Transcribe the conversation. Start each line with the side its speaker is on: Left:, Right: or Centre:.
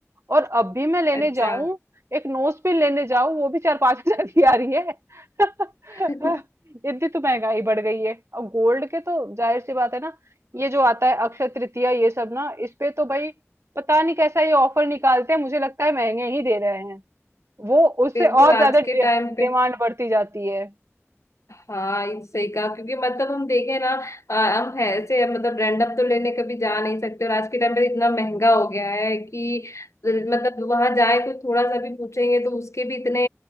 Right: और अब भी मैं लेने
Left: अच्छा
Right: जाऊं एक नोज पिन लेने जाऊं वो भी चार पांच हजार की आ रही है <laughs> इतनी
Left: <laughs>
Right: तो महंगाई बढ़ गई है और गोल्ड के तो जाहिर सी बात है ना ये जो आता है अक्षय तृतीया ये सब ना इस पे तो भाई पता नहीं कैसा ये ऑफर निकालते हैं मुझे लगता है महंगे ही दे रहे हैं वो उससे
Left: बिल्कुल
Right: और ज्यादा
Left: आज
Right: डिमांड
Left: के टाइम पे
Right: बढ़ती जाती है
Left: हाँ ये सही कहा क्योंकि मतलब हम देखें ना आ, हम है ऐसे मतलब रैंडम तो लेने कभी जा नहीं सकते और आज के टाइम पे इतना महंगा हो गया है कि मतलब वहां जाए तो थोड़ा सा भी पूछेंगे तो उसके भी इतने